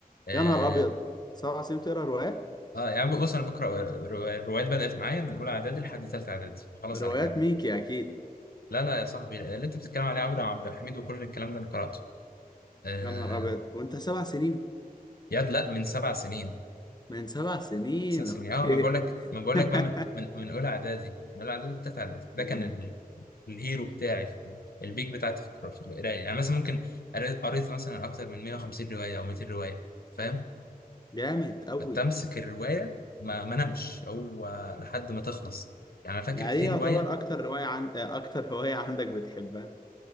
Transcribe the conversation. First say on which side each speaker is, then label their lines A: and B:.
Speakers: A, on the left; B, on the left.
A: اه
B: يا نهار ابيض سبع سنين بتقرا روايات
A: آه، يعني بص انا بقرا روايات الروايات بدأت معايا من اولى اعدادي لحد ثالثه اعدادي وخلاص
B: روايات
A: على كده
B: ميكي اكيد
A: لا لا يا صاحبي اللي انت بتتكلم عليه عبد عبد الحميد وكل الكلام ده انا قرأته آه
B: يا نهار ابيض وانت سبع سنين
A: ياد لا من سبع سنين
B: من سبع سنين
A: اساسا
B: اوكي
A: اه ما بقول لك ما بقول
B: <laughs>
A: لك بقى من من من اولى اعدادي من اولى اعدادي بتاعت اعدادي
B: أوكي.
A: ده كان ال- الهيرو بتاعي في البيك بتاعتي في القراءة- في القرايه يعني مثلا ممكن قريت قريت مثلا اكتر من 150 روايه او 200 روايه فاهم
B: جامد قوي
A: كنت امسك الروايه ما ما نمش هو لحد ما تخلص يعني انا فاكر
B: يعني
A: في
B: ايه يعتبر
A: روايه
B: اكتر رواية عن... آه، اكتر رواية عندك بتحبها